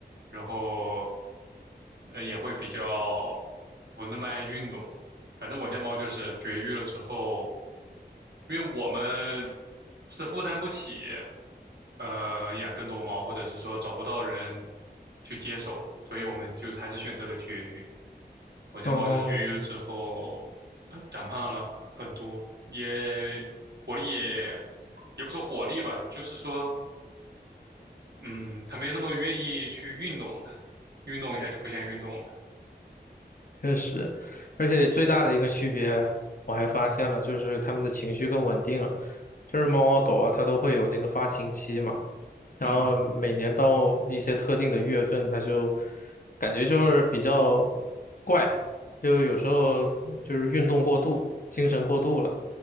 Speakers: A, on the right (about 70°); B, on the left (about 50°).
A: 然后呃也会比较不那么爱运动。反正我家猫就是绝育了之后，因为我们是负担不起呃养更多猫，或者是说找不到人去接手，所以我们就还是选择了绝育。我家猫就是绝育了之后，
B: 哦，
A: 呃，长胖了很多，也活力也也不说活力吧，就是说，嗯，它没有那么愿意去运动了，运动一下就不想运动了。
B: 确实，而且最大的一个区别，我还发现了，就是它们的情绪更稳定了。就是猫啊狗啊，它都会有那个发情期嘛，然后每年到一些特定的月份，
A: 嗯
B: 它就感觉就是比较怪，就有时候就是运动过度、精神过度了。